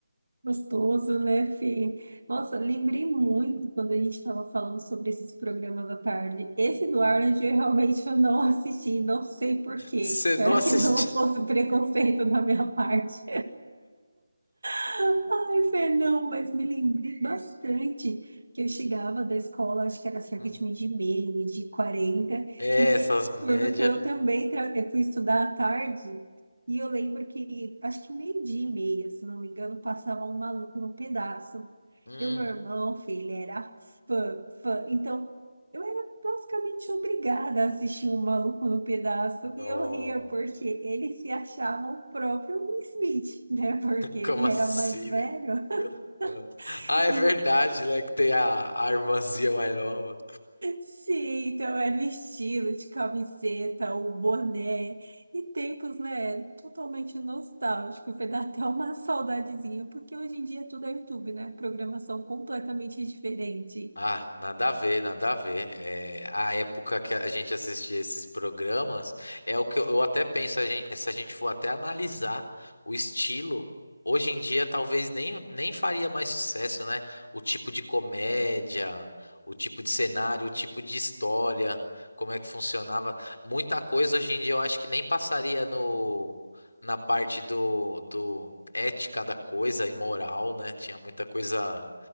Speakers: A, on the right; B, on the left.
A: Gostoso, né, Fê? Nossa, lembrei muito quando a gente estava falando sobre esses programas à tarde. Esse do Arnold, eu realmente eu não assisti, não sei por quê.
B: Você
A: Espero
B: não <laughs> assistiu?
A: que não fosse preconceito da minha <laughs> parte. Ai, Fê, não, mas me lembrei bastante que eu chegava da escola, acho que era cerca
B: Hum.
A: de meio de meia, meio de quarenta
B: É,
A: e teve
B: essas médias.
A: um turno que eu também tra- eu fui estudar à tarde, e eu lembro que, acho que meio dia e meia, se não me engano, passava um maluco no pedaço.
B: Hum.
A: E o meu irmão, filho, era fã, fã. Então, basicamente obrigada a assistir um maluco no pedaço.
B: Nó.
A: E eu ria porque ele se achava o próprio Will Smith, né? Porque ele
B: Como assim,
A: era mais velho.
B: velho? Ah,
A: <laughs>
B: Ah,
A: E-
B: é verdade, né? Que tem a, a irmãzinha mais nova.
A: Sim, então era o estilo de camiseta, o boné. E tempos, né? Totalmente nostálgico. Vai dar até uma saudadezinha, porque hoje em dia tudo é YouTube, né? Programação completamente diferente.
B: Ah, nada a ver, nada a ver. É, a época que a gente assistia esses programas é o que eu, eu até penso, a gente- se a gente for até analisar o estilo, hoje em dia talvez nem, nem faria mais sucesso, né? O tipo de comédia, o tipo de cenário, o tipo de história, como é que funcionava. Muita coisa hoje em dia eu acho que nem passaria no, na parte do, do ética da coisa e moral, né? Tinha muita coisa